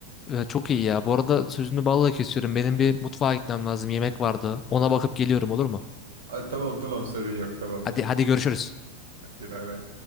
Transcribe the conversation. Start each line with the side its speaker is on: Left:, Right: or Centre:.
Left: ya çok iyi ya. Bu arada sözünü balla kesiyorum. Benim bir mutfağa gitmem lazım. Yemek vardı. Ona bakıp geliyorum olur mu?
Right: <laughs> Ay, tamam tamam sorun yok tamamdır.
Left: Hadi hadi görüşürüz.
Right: Hadi bay bay.